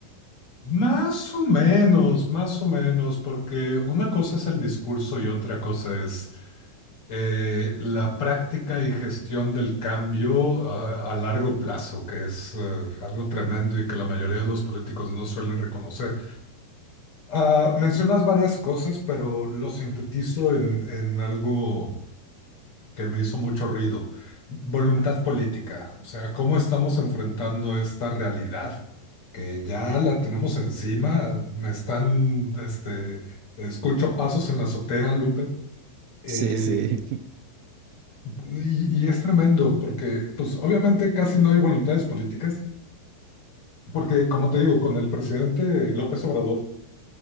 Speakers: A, on the left (about 50°); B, on the right (about 45°).
A: Más o menos, más o menos, porque una cosa es el discurso y otra cosa es eh, la práctica y gestión del cambio ah, a, largo plazo, que es eh, algo tremendo y que la mayoría de los políticos no suelen reconocer. Ah, mencionas varias cosas, pero lo sintetizo en, en algo que me hizo mucho ruido. Voluntad política, o sea, cómo estamos enfrentando esta realidad que ya la tenemos encima. Me están, este, escucho pasos en la azotea, Lupe. Eh,
B: Sí, sí. <laughs>
A: y, y es tremendo porque, pues, obviamente casi no hay voluntades políticas, porque, como te digo, con el presidente López Obrador,